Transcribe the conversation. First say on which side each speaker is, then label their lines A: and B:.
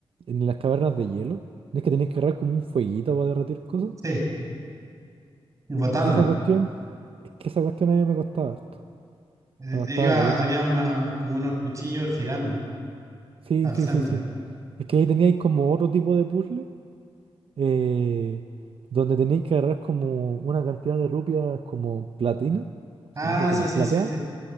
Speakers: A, on the right (about 75°); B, on the right (about 35°).
A: en las cavernas de hielo, no es que tenéis que agarrar como un fueguito para derretir cosas.
B: Sí, y botarlo.
A: Esa cuestión, es que esa cuestión a mí me costaba harto.
B: Eh,
A: Me costaba
B: iba,
A: caleta.
B: había una, como unos cuchillos girando
A: Sí,
B: al
A: sí,
B: centro.
A: sí, sí. Es que ahí teníais como otro tipo de puzzle, eh, donde tenéis que agarrar como una cantidad de rupias como platina. O
B: Ah,
A: sea, no platinas,
B: sí, sí,
A: plateadas.
B: sí, sí.